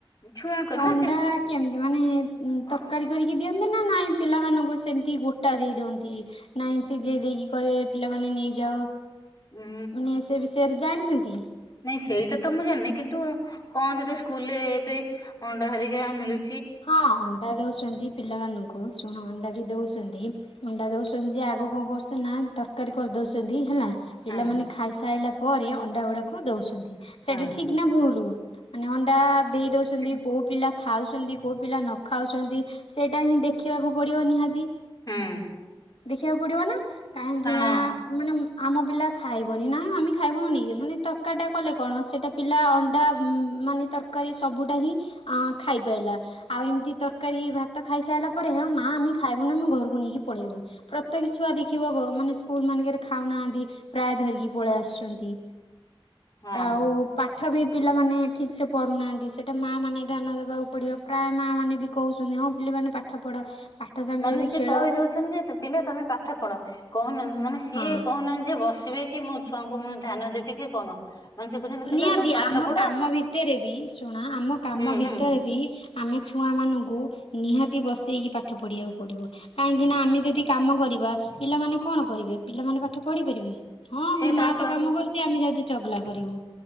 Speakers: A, on the left; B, on the left.
A: ଛୁଆଙ୍କର
B: ସେ ଅଣ୍ଡା
A: ନା ସେମିତି
B: କେମିତି ମାନେ ଉ
A: ହଁ
B: ତରକାରୀ କରିକି ଦିଅନ୍ତି। ସେମତି ନା ନାଇଁ ପିଲାମାନଙ୍କୁ ସେମିତି ଗୋଟା ଦେଇ ଦିଅନ୍ତି। ନାଇ ସିଝେଇ ଦେଇକି କହିବେ ଏ ପିଲାମାନୋନେ ନେଇଯାଅ।
A: ଉଁ
B: ଉଁ ସେ ବିଷୟରେ ଜାଣିଚନ୍ତି?
A: ନାଇଁ ସେଇଟା ତ ମୁଁ ଜାଣିନି କିନ୍ତୁ କହନ୍ତି ତ ସ୍କୁଲରେ ଏବେ ଅଣ୍ଡା ହରିକା ମିଳୁ
B: ହଁ ଅଣ୍ଡା ଦଉଚନ୍ତି ପିଲାମାନଙ୍କୁ ଶୁଣ ଅଣ୍ଡା ବି ଦଉଚନ୍ତି। ମୁଣ୍ଡା ଦଉଚନ୍ତି ଯେ ଆଗ କଣ କରୁଚନ୍ତି ନା ତରକାରୀ କରି ଦଉଚନ୍ତି ହେଲା। ପିଲାମାନୋନ
A: ହଁ
B: ଖାଇସାରିଲା ପରେ ଅଣ୍ଡା ଗୁଡାକୁ ଦଉଚନ୍ତି ସେଟା
A: ହଁ
B: ଠିକ ନା ଭୁଲ? ମାନେ ଅଣ୍ଡା ଦେଇ ଦଉଚନ୍ତି
A: ସେ
B: କୋଉ ପିଲା ଖାଉଚନ୍ତି କୋଉ ପିଲା ନ ଖାଉଚନ୍ତି ସେଇଟା ହିଁ ଦେଖିବାକୁ ପଡିବ ନିହାତି।
A: ହୁଁ
B: ଦେଖିବାକୁ ପଡିବ ନା। କାହିଁକି
A: ହଁ
B: ନା ମାନେ ଆମ ପିଲା ଖାଇବନି ନା ଆମେ ଖାଇବୁନୁନି ମାନେ ତରକାରୀ ଟା କଲେ କଣ କଣ ସେଟା, ପିଲା ଅଣ୍ଡା ମାନେ ତରକାରୀ ସବୁଟା ହିଁ ଖାଇପାଇଲା। ଆଉ ଏମିତି ତରକାରୀ ଭାତ ଖାଇସାରିଲା ପରେ ହେଉ, ନା ଆମେ ଖାଇବୁ, ନା ଆମେ ଘରକୁ ନେଇକି ପଳାଇବୁ। ପ୍ରତ୍ୟେକେ ଛୁଆ ଦେଖିବ ମାନେ ସ୍କୁଲ ମାନଙ୍କରେ ଖାଉନାହାନ୍ତି ପ୍ରାୟ ଧରିକି ପଳେଇ ଆସୁଛନ୍ତି।
A: ହଁ
B: ଆଉ ପାଠ ବି ପିଲାମାନେ ଠିକ୍ ସେ ପଢ଼ୁନାହାନ୍ତି, ସେଇଟା ମା ମାନ ମାନେ ଧ୍ୟାନ ଦେବାକୁ ପଡିବ ପ୍ରାୟ ମା ମାନେ ବି କହୁଛନ୍ତି ହଁ ପିଲାମାନେ ପାଠ ପଢ ପାଠ ସାଙ୍ଗରେ
A: ମାନେ
B: ବି
A: ସି
B: ଖେଳ
A: କହି ଦଉଛନ୍ତି ଯେ ପିଲା ତମେ ପାଠ ପଢ କହୁନାହାନ୍ତି ମାନେ ସିଏ
B: ହଁ
A: କହୁନାହାନ୍ତି ଯେ ବସିବେ କି ମୋ ଛୁଆଙ୍କୁ ମୁଁ ଧ୍ୟାନ ଦେବି କି କଣ ମାନେ ସେ କହୁଛନ୍ତି ପିଲା
B: ନିହାତି
A: ତମେ ପାଠ
B: ଆମ
A: ପଢ
B: କାମ ଭିତରେ ବି ଶୁଣ ଆମ କାମ
A: ହୁଁ
B: ଭିତରେ
A: ହୁଁ
B: ବି ଆମ ଛୁଆମାନଙ୍କୁ ନିହାତି ବସେଇକି ପାଠ ପଢ଼ାଇବାକୁ ପଡ଼ିବ। କାହିଁକିନା ଆମେ ଯଦି କାମ କରିବା ପିଲାମାନେ କଣ କରିବେ? ପିଲାମାନଙ୍କ ର ପଢିପାରିବେ ହଁ
A: ସିଏ
B: ମୋ
A: ତାଙ୍କ
B: ମା ତ କାମ କରୁଛି ଆମେ ଯାଉଛ ଚଗଲା କରିବୁ।